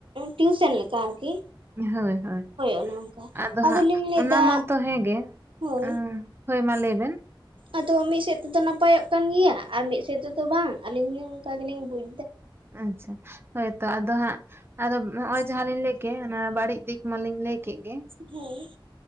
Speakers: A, on the right; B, on the right.
A: ᱴᱤᱭᱩᱥᱚᱱ ᱞᱮᱠᱟ ᱟᱨᱠᱤ᱾
B: ᱦᱳᱭ ᱦᱳᱭ
A: ᱚᱱᱮ ᱚᱱᱠᱟ
B: ᱟᱫᱚ
A: ᱟᱫᱚᱞᱤᱧ
B: ᱦᱟᱸᱜ
A: ᱞᱟᱹᱭᱫᱟ
B: ᱚᱱᱟ ᱢᱟᱛᱚ ᱦᱮᱸ ᱜᱮ᱾
A: ᱦᱳᱭ
B: ᱟᱸᱻ᱾ ᱦᱳᱭ ᱢᱟ ᱞᱟᱹᱭ ᱵᱮᱱ᱾
A: ᱟᱫᱚ ᱢᱤᱫ ᱥᱮᱫ ᱛᱮᱫᱚ ᱱᱟᱯᱟᱭᱚᱜ ᱠᱟᱱ ᱜᱮᱭᱟ ᱟᱨ ᱢᱤᱫ ᱥᱮᱫ ᱛᱮᱫᱚ ᱵᱟᱝ ᱟᱞᱤᱧ ᱦᱚᱸᱞᱤᱧ ᱚᱱᱠᱟ ᱜᱮᱞᱤᱧ ᱵᱩᱡ
B: ᱟᱪᱪᱷᱟ, ᱦᱳᱭ ᱛᱚ ᱟᱫᱚ ᱦᱟᱸᱜ ᱟᱫᱚ ᱦᱚᱸᱜᱼᱚᱭ ᱡᱟᱦᱟᱸ ᱞᱤᱧ ᱞᱟᱹᱭ ᱠᱮᱫ ᱚᱱᱟ ᱵᱟᱹᱲᱤᱡ ᱫᱤᱠ ᱢᱟᱞᱤᱧ ᱞᱟᱹᱭ ᱠᱮᱫ ᱜᱮ᱾
A: ᱦᱮᱸ᱾